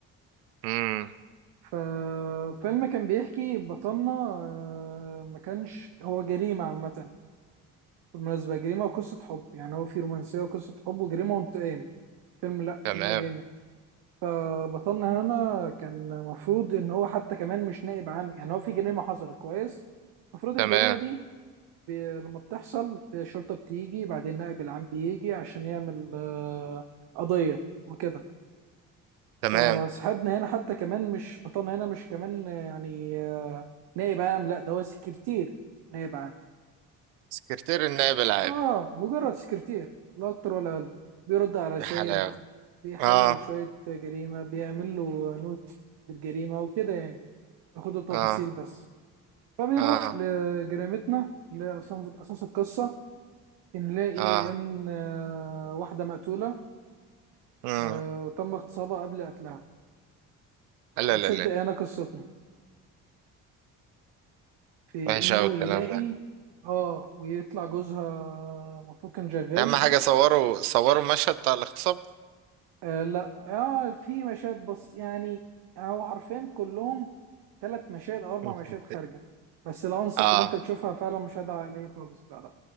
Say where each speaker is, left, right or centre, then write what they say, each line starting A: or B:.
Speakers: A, on the right (about 85°); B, on the right (about 65°).
A: امم
B: ففيلم كان بيحكي بطلنا آه، ما كانش هو جريمة عامة بالمناسبة جريمة وقصة حب يعني هو في رومانسية وقصة حب وجريمة وانتقام فيلم لأ فيلم
A: تمام
B: جامد فبطلنا هنا كان مفروض إن هو حتى كمان مش نائب عام يعني هو في جريمة حصلت كويس المفروض الجريمة
A: تمام
B: دي ب- لما بتحصل الشرطة بتيجي بعدين النائب العام بيجي عشان يعمل آه، قضية وكده
A: تمام
B: فصاحبنا هنا حتى كمان مش بطلنا هنا مش كمان آه، يعني آه، نائب عام لا ده هو سكرتير نائب عام
A: سكرتير النائب العام
B: اه مجرد سكرتير لا اكتر ولا اقل بيرد على رسائل
A: يا حلاوة
B: بيحلل
A: اه
B: شوية جريمة بيعمل له نوت بالجريمة وكده يعني ياخد التفاصيل
A: اه
B: بس فبيروح
A: اه
B: لجريمتنا اللي أصلاً- أساس القصة بنلاقي
A: اه
B: إن آه، واحدة مقتولة
A: مم.
B: آه، وتم اغتصابها قبل قتلها
A: لا
B: وبتبدأ
A: لا لا
B: هنا قصتنا في
A: وحش
B: انه
A: قوي الكلام
B: يلاقي
A: ده
B: اه ويطلع جوزها المفروض كان شغال
A: اهم حاجة صوروا صوروا المشهد بتاع الاغتصاب
B: آه لا اه في مشاهد بس يعني هو حرفيا كلهم ثلاث مشاهد او اربع
A: مم.
B: مشاهد خارجه بس لا انصح
A: اه
B: ان انت تشوفها فعلا مشاهد عائليه خالص لا لا